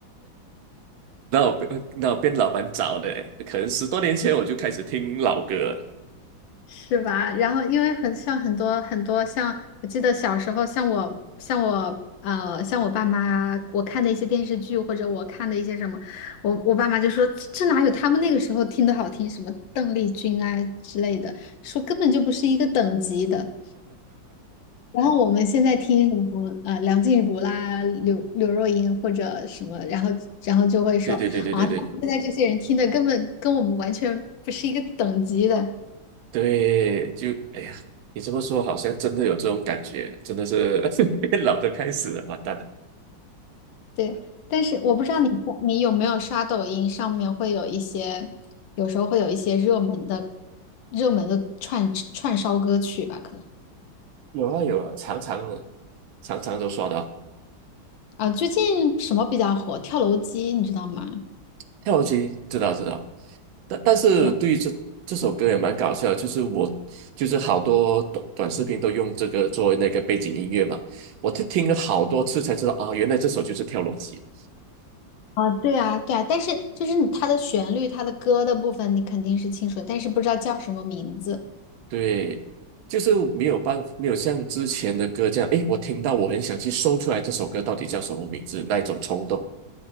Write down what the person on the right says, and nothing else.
那我变那我变老蛮早的欸可能十多年前我就开始听老歌了。
对对对对对对
对，就哎呀，你这么说好像真的有这种感觉，真的是 <laughs> 变老的开始了，完蛋了。
有啊有啊，常常的常常都刷到。
跳机，知道知道。但但是对于这这首歌也蛮搞笑的就是我就是好多短短视频都用这个作为那个背景音乐嘛，
我听听了好多次才知道啊，原来这首就是跳楼机。
对，就是没有办法，没有像之前的歌这样，诶，我听到我很想去搜出来这首歌到底叫什么名字那一种冲动。